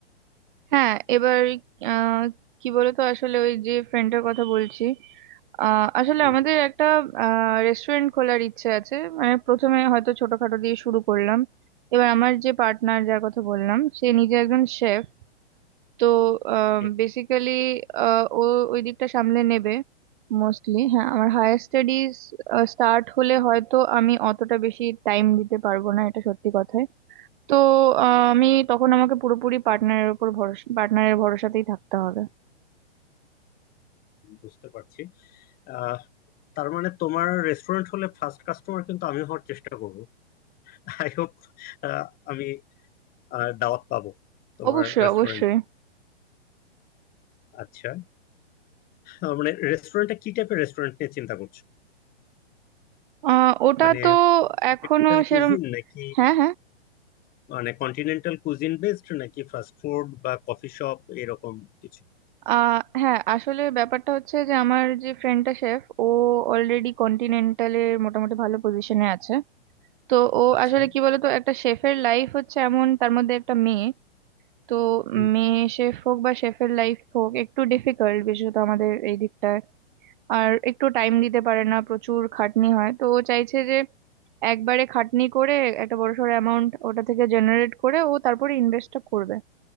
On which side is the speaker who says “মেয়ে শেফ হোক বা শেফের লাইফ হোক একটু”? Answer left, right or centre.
Right